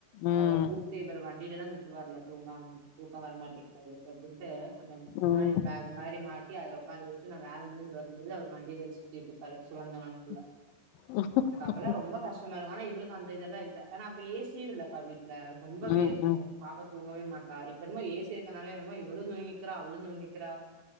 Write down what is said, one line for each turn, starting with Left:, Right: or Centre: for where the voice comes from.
Left: ம்
Right: அவள கூட்டு இவர் வண்டியிலல்லா வர்ல தூங்காம தூக்கம் வர மாட்டேங்கிது அவளுக்கு அப்டின்ட்டு படுக
Left: ம்
Right: முன்னாடி இந்த பேக் மாரி மாட் யாரோ உக்கார வச்சிட்டு நா வேல முடிஞ்சி வரும்போது அவரு வண்டியில சுத்திட்டு உக்கார வச்சி இவன்தா ஆன்புள்ள
Left: <inaudible>
Right: அப்பலா ரொம்ப கஷ்டமா இருக்கும் ஆனா இவளுக்கு அந்த இதல்லா இல்ல ஆனா அப்ப ஏசியும் இல்லக்கா வீட் ல ரொம்ப வேர்க்கும்
Left: ம் ம்
Right: பாப்ப தூங்கவே மாட்டா இப்ப என்மோ ஏசி இருக்கனாலே என்னமோ இவளு தூங்கி கிறா அவளு தூங்கிகிறா